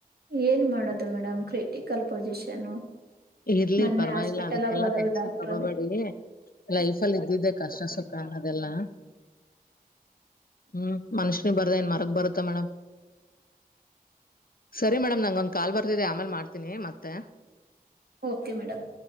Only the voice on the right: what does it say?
ಏನ್ ಮಾಡೋದು ಮೇಡಮ್ ಕ್ರಿಟಿಕಲ್ ಪೊಸಿಷನ್
ಮೊನ್ನೆ
ಹಾಸ್ಪಿಟಲ್ಗ
ಹೋದಾಗ
ಡಾಕ್ಟರ್
ಅದೇ
ಓಕೆ ಮೇಡಮ್